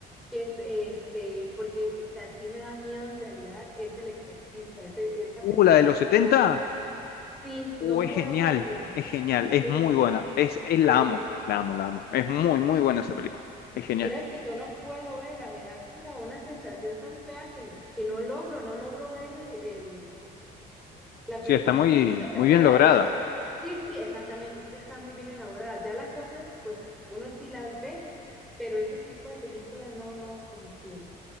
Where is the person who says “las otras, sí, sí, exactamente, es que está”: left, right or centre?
Centre